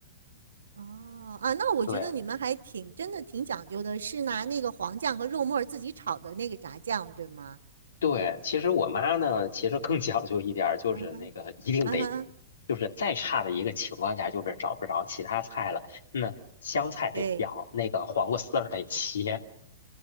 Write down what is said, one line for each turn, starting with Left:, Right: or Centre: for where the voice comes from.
Right: 哦，啊，那我觉得你们还挺真的挺讲究的，
Left: 对，
Right: 是拿那个黄酱和肉末儿自己炒的那个炸酱，对吗？
Left: 对，其实我妈呢，其实更讲究一点儿，就是那个一定得，
Right: 啊哈，啊哈，
Left: 就是再差的一个情况下，就是找不着其他菜了，那香菜得要，
Right: 对，
Left: 那个黄瓜丝儿得切。